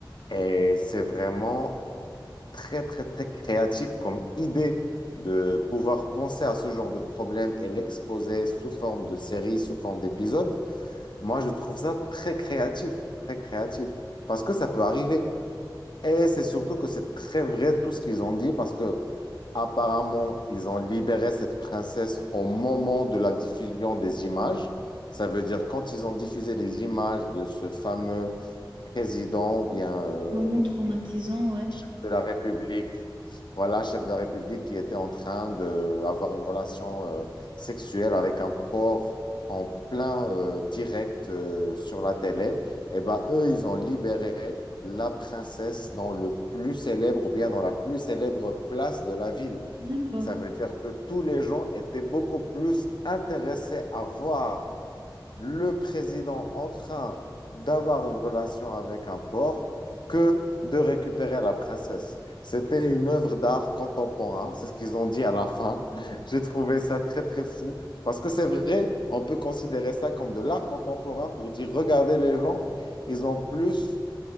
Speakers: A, on the left; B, on the right.
A: et c'est vraiment très, très, très créatif comme idée de pouvoir penser à ce genre de problème et l'exposer sous forme de série, sous forme d'épisode. Moi, je trouve ça très créatif, très créatif, parce que ça peut arriver. Et c'est surtout que c'est très vrai tout ce qu'ils ont dit, parce que apparemment, ils ont libéré cette princesse au moment de la diffusion des images. Ça veut dire quand ils ont diffusé les images de ce fameux président ou bien euh,
B: Moment traumatisant, ouais.
A: chef de la République voilà, chef de la République qui était en train d'avoir une relation euh, sexuelle avec un porc en plein euh, direct euh, sur la télé, et ben eux, ils ont libéré la princesse dans le plus célèbre ou bien dans la plus célèbre place de la ville.
B: D'accord.
A: Ça veut dire que tous les gens étaient beaucoup plus intéressés à voir le président en train d'avoir une relation avec un porc que de récupérer la princesse. C'était une œuvre d'art contemporain, c'est ce qu'ils ont dit à la fin. <laughs> J'ai trouvé ça très, très fou. Parce que c'est vrai, on peut considérer ça comme de l'art contemporain pour dire, regardez les gens, ils ont plus